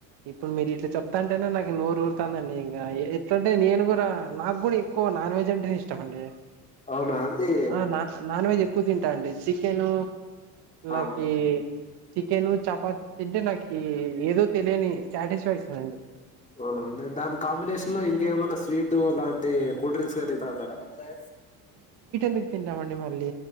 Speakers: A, on the right; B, on the left.
A: ఇప్పుడు మీరు ఇట్లా చెప్తాంటేనె నాక్ నూరు ఊరుతాందండి ఇంకా ఎట్లంటే నేను కూడా నాకు కూడా ఎక్కువ నాన్ వెజ్ అంటేనే ఇష్టం అండి
B: అవునా అండి
A: ఆ నా నాన్ వెజ్ ఎక్కువ తింటా అండి చికెను
B: ఆ
A: నాకీ చికెను చపాతి తింటే నాకీ ఏదో తెలియని సాటిస్ఫాక్షన్ అండి
B: అవునా అండి దాని కాంబినేషన్ లో ఇంకేమన్నా స్వీటు లాంటి కూల్ డ్రింక్స్ కాని తాగుత్ తర అట్లే
A: మిక్ తిన్న మండి మ డి